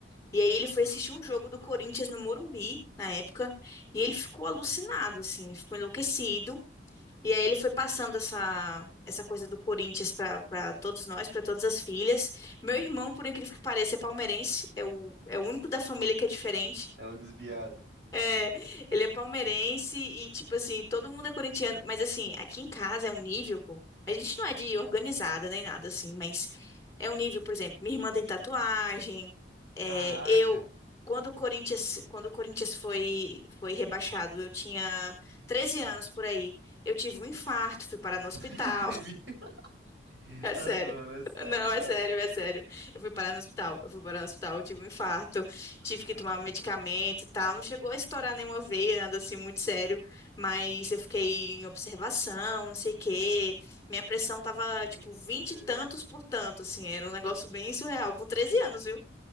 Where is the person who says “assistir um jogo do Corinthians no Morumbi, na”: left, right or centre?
Left